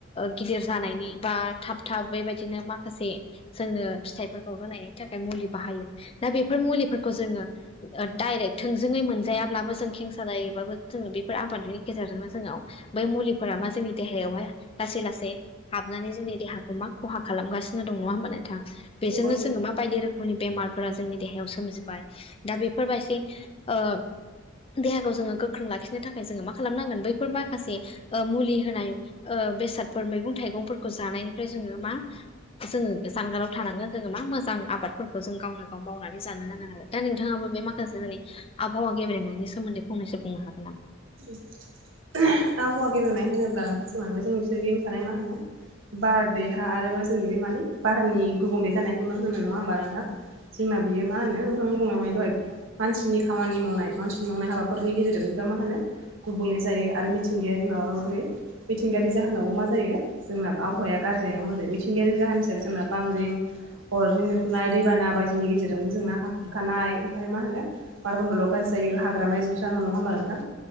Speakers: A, on the left; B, on the right.
A: गिदिर जानायनि बा थाब थाब बेबायदिनो माखासे जोंनो फिथाइफोरखौ होनायनि थाखाय मुलि बाहायो दा बेफोर मुलिफोरखौ जोङो डाइरेक्ट थोंजोङै मोनजायाब्लाबो जों खेंसालायैबाबो जोङो बेफोर आबादनि गेजेरजोंनो जोङो बै मुलि फोरा मा जोंनि देहायावहाय लासै लासै हाबनानै जोंनि देहाखौ मा खहा खालामगासिनो दं नङा होनबा नोंथां? बेजोंनो
B: नंगौ नोंथां।
A: जोङो माबायदि रोखो मनि बेमारफोरा जोंनि देहायाव सोमजिबाय दा बेफोरबायदि ओ देहाखौ जोङो गोख्रों लाखिनो थाखाय जोङो मा खालामनांगोन बैफोर माखासे ओ मुलि होनाय ओ बेसादफोर मैगं थाइगंफोरखौ जानायनिफ्राय जोङो मा जोङो जानगाराव थानांगोन जोङो मा मोजां आबादफोरखौ जों गावनो गाव मावनानै जानो नांगोन आरो दा नोंथाङाबो बे माखासे आबहावा गेब्रेंनायनि सोमोन्दै फंनैसो बुंनो हागोन नामा?
B: आबहावा गेबेंनाय होनोब्ला नोंथांजोंहाबो जोंनि सोरगिदिं थानाय मा होनो बारदैहा आरो मा जोंनि बे मानि बारनि गुबुंलै जानायखौनो होननाय नङा होमबा नोंथां। जोंना बियो मा होनो बुंनाय मायो दहाय बियो मानसिनि खामानि मावनाय मानसिनि मावनाय हाबाफोरनि गेजेरजों नोबा मा होनो गुबुंले जायो आरो मिथिंगायारि माबा गै मिथिंगायारि जाहोनावबो मा जायो जोंना आबहावाया गाज्रि जायो हजों मि थिंगायारि जाहोन हिसाब जोंना बांग्रिं अरजों बेरफ्रुनाय दैबाना बायदिनि गेजेरजोंबो जोंना हा खुरखानाय ओमफ्राय मा होनो बारमन्दलाव गाज्रि जायो हाग्रामाया जोबस्राङो नङा होनबा नोंथां?